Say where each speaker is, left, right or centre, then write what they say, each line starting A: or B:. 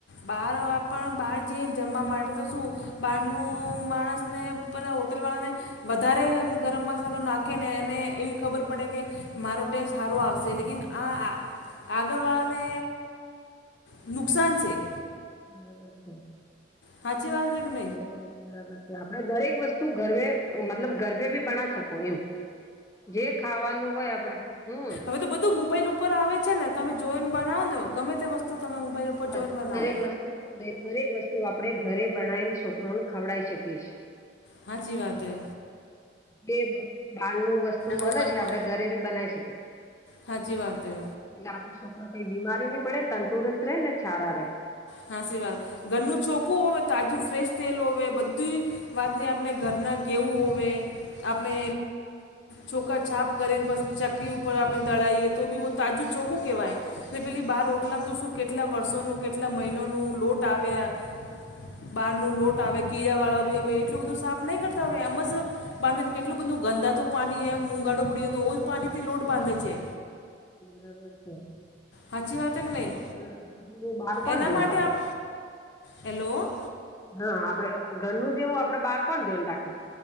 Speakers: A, on the left; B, on the left.
A: બહાર આપણ બહાર જઈ જમવા માટે તો શું બહારનું માણસ ને બધા હોટલ વાળાને વધારે ગરમ મસાલો નાખે ને એને એવી ખબર પડે કે મારો ટેસ્ટ હારો આવશે લેકન આ આ આગળવાળાને નુકસાન છે.
B: બરાબર છે.
A: હાચી વાત કે ન
B: હમ બરાબર છે આપડે દરેક વસ્તુ ઘર મતલબ ઘર આપ બી બના શકો એમ જે ખાવાનું હોય આપડે હમ.
A: બધું બધું મોબાઈલ ઉપર આવે છે ને તમે જોઈને બનાવો ને ગમે તે વસ્તુ તમે મોબાઈલ ઉપર
B: બસ
A: જોઈને બનાવો.
B: દરેક વસ્તુ દરેક વસ્તુ આપડે ઘરે બનાવીને છોકરોને ખવડાઈ શકીએ.
A: સાચી વાત હે
B: જે બાળ નું વસ્તુ
A: નું
B: મળે
A: વસ્તુ
B: છે આપડે ઘરે બી બનાવી શકીએ.
A: સાચી વાત હે.
B: એટલે આપડે છોકરા કઈ બીમારી નહી પડે તંદુરસ્ત રહેે ને છારા રે.
A: હાસીવાત ઘરનું ચોખું હો તાજું ફ્રેશ તેલ હોવે બધુંય વાતની આપણે ઘરના ગેવું હોવે આપણે. છોકરા છાપ કરે બસ ચક્કી ઉપર આપણે દળાઈએ તો બીહ તાજું ચોકું કહેવાય. પેલી
B: બરાબર
A: બહાર ઓટલામ તો શું કેટલા વર્ષોનું, કેટલા મહિનોનું લોટ આવે યાર. બહાર નું લોટ આવે કીડા વાળા બી હ એટલું બધું સાફ નહી કરતા હોય હવે એમ જ બાંધે ને કેટલું બધું ગંદાતુ પાણી એમ ઉગાડો પડ્યો એ જ પાણી થી લોટ બાંધે છે.
B: <unintelligible>
A: સાચી વાત છે કે નહીં
B: બાર કોણ
A: એના
B: ધ્યાન
A: માટે
B: રાખ?
A: આપ હેલો.
B: હા આપડે ઘરનું જેવું આપડે બહાર કોણ ધ્યાન રાખે.